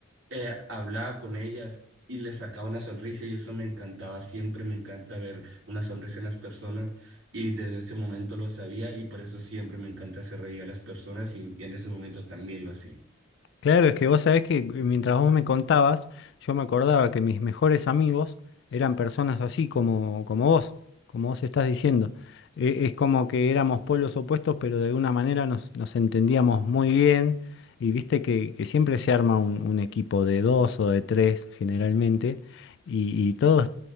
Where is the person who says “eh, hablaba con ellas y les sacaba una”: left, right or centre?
Right